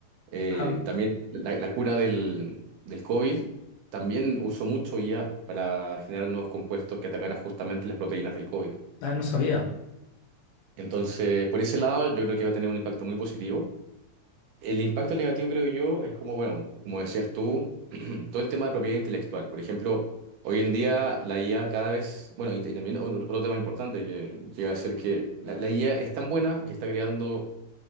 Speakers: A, on the right (about 75°); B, on the left (about 85°).
A: Eh,
B: Ajá.
A: también la, la cura del, del COVID también usó mucho IA para generar nuevos compuestos que atacaran justamente las proteínas del COVID.
B: Ah, no sabía.
A: Entonces, por ese lado, yo creo que va a tener un impacto muy positivo. El impacto negativo, creo yo, es como, bueno, como decías tú, <clears throat> todo el tema de propiedad intelectual. Por ejemplo, hoy en día la IA cada vez, bueno, y, y también otro, otro tema importante que llega a ser que la, la IA es tan buena que está creando